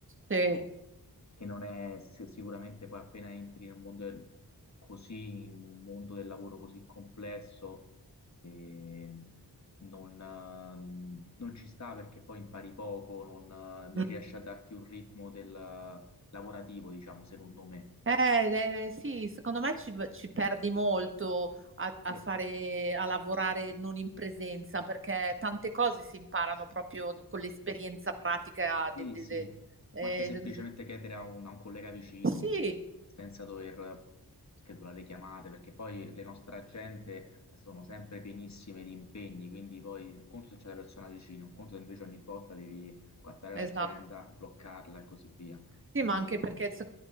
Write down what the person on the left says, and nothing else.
che non è si- sicuramente poi appena entri nel mondo del, così, in un mondo del lavoro così complesso, eh, non, eh, non ci sta perché poi impari poco, non, eh, non
riesci a darti un ritmo del lavorativo, diciamo, secondo me.
Eh,
Sì,
sì,
ma anche semplicemente chiedere a un, a un collega vicino
senza dover schedulare chiamate, perché poi le nostre agende sono sempre pienissime di impegni, quindi poi un conto se c'è la persona vicino, un conto se invece ogni volta devi guardare
l'agenda, bloccarla e così via.
Quindi,